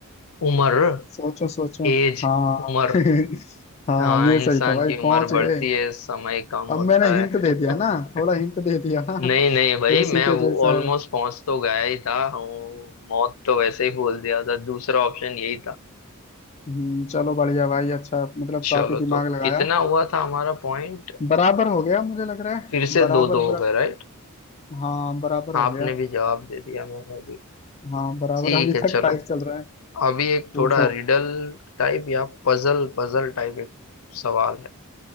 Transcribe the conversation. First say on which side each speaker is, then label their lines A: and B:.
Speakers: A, on the left (about 75°); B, on the left (about 30°).
A: उम्र
B: सोचो सोचो
A: एज
B: हाँ
A: उम्र
B: <laughs> हाँ
A: हाँ
B: ये
A: इंसान
B: सही था भाई
A: की उम्र
B: पहुंच गए
A: बढ़ती है समय कम
B: अब
A: होता
B: मैंने हिंट
A: है
B: दे
A: <laughs>
B: दिया ना थोड़ा हिंट दे दिया ना
A: नहीं नहीं भाई
B: कि उसी
A: मैं
B: के
A: वो
B: जैसा
A: ऑलमोस्ट
B: है
A: पहुंच तो गया ही था हूँ मौत तो वैसे ही बोल दिया था दूसरा ऑप्शन यही था
B: हम्म, चलो बढ़िया भाई अच्छा मतलब
A: चलो
B: काफी दिमाग
A: तो
B: लगाया
A: कितना हुआ था हमारा पॉइंट
B: बराबर हो गया मुझे लग रहा है
A: फिर से
B: बराबर
A: दो दो हो
B: बरा
A: गए राइट
B: हाँ बराबर
A: आपने
B: हो गया
A: भी जवाब दे दिया मैंने भी
B: हाँ बराबर
A: ठीक
B: अभी
A: है चलो
B: तक टाइस चल रहा है
A: अभी एक
B: पूछो
A: थोड़ा रिडल टाइप या पजल पजल टाइप एक सवाल है